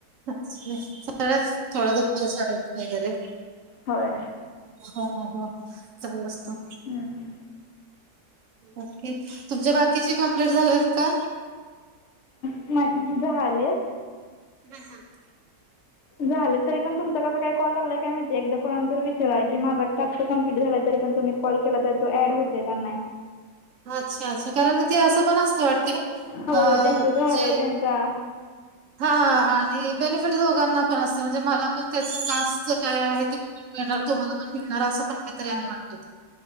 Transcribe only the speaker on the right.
च सगळ्या थोडा दुपारी <unintelligible> वगैरे
हा हा हा चालू असतं
ओके तुमचे बाकीचे कंप्लिट झालेत का?
ह सांग
<inaudible> अच्छा असं कारण ते असं पण असतं वाटते अं
जे
<inaudible> हा आणि बेनिफिट दोघांना पण असतं म्हणजे मला पण त्याच टास्क च काय आहे ते मिळणार तुम्हाला पण मिळणार असं पण काहीतरी आहे वाटतं ते